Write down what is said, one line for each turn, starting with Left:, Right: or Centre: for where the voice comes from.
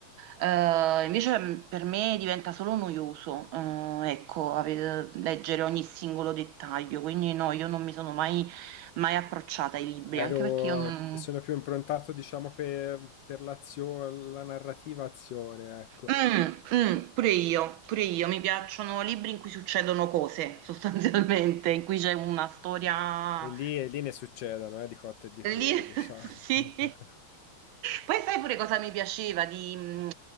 Right: Eh, invece mm, per me diventa solo noioso, eh, ecco, ave- leggere ogni singolo dettaglio, quindi no, io non mi sono mai, mai approcciata ai libri,
Left: Ero,
Right: anche perché io non...
Left: sono più improntato, diciamo, per, per l'azione, la narrativa azione, ecco.
Right: Mm, mm, pure io, pure io, mi piacciono libri in cui succedono cose, <laughs> sostanzialmente, in cui c'è una storia
Left: E lì, e lì ne succedono, eh, di cotte e di crude,
Right: Lì,
Left: diciamo.
Right: <laughs> sì.
Left: <laughs>
Right: Poi sai pure cosa mi piaceva di, mh,